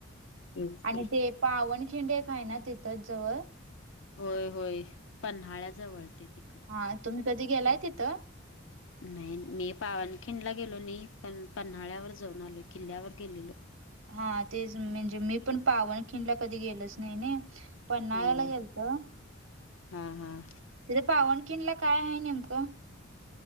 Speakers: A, on the left (about 65°); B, on the right (about 85°).
A: हेच
B: आणि
A: की
B: ते पावनखिंड एक हाय ना तिथंच जवळ
A: होय होय पन्हाळ्याजवळ ते ति
B: हा तुम्ही कधी गेलाय तिथं?
A: नाही नाही मी पावनखिंडला गेलो नाही पण पन्हाळ्यावर जाऊन आलोय किल्ल्यावर गेलेलो.
B: हा तेच म्हणजे मी पण पावनखिंडला कधी गेलोच नाही ने पन्हाळ्याला
A: हम्म
B: गेलतो
A: हा हा
B: तिथे पावनखिंडला काय आहे नेमकं